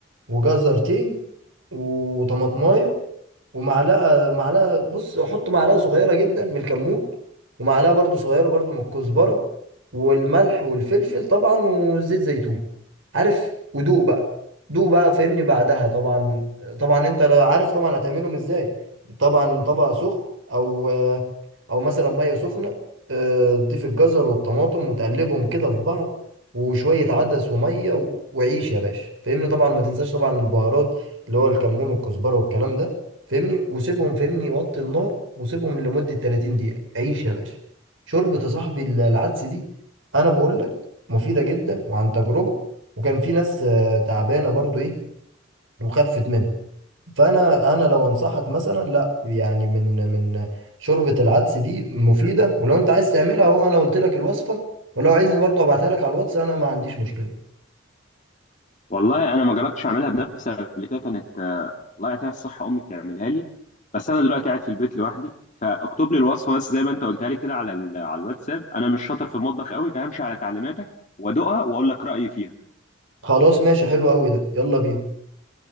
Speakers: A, on the right (about 80°); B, on the left (about 40°).
A: وجزرتين وطماطماية ومعلقه معلقه بص احط معلقه صغيره جدا من الكمون ومعلقه برضو صغيره برضو من الكزبره والملح والفلفل طبعا وزيت زيتون عارف ودوق بقى دوق بقى فهمني بعدها طبعا طبعا انت عارف طبعا هتعملهم ازاي طبعا طبق سخن او او مثلا ميه سخنه آه، تضيف الجزر والطماطم وتقلبهم كده في بعض وشويه عدس وميه و- وعيش يا باشا فهمني طبعا ما تنساش طبعا البهارات اللي هو الكمون والكزبره والكلام ده فاهمني وسيبهم فاهمني وطي النار وسيبهم لمدة 30 دقيقة عيش يا باشا شوربة يا صاحبي ال- العدس دي انا بقول لك مفيدة جدا وعن تجربة وكان في ناس آه، تعبانة برضو ايه وخفت منها فانا انا لو انصحك مثلا لا يعني من من شوربة العدس دي مفيدة ولو انت عايز تعملها اهو انا قلت لك الوصفة ولو عايزني برضو ابعتها لك على الواتس انا ما عنديش مشكلة
B: والله انا ما جربتش اعملها بنفسي قبل كده كانت آه، الله يعطيها الصحه امي بتعملها لي بس انا دلوقتي قاعد في البيت لوحدي فاكتب لي الوصفه بس زي ما انت قلتها لي كده على ال- على الواتساب انا مش شاطر في المطبخ قوي فهمشي على تعليماتك وادوقها واقول لك رايي فيها
A: خلاص ماشي حلو قوي ده يلا بينا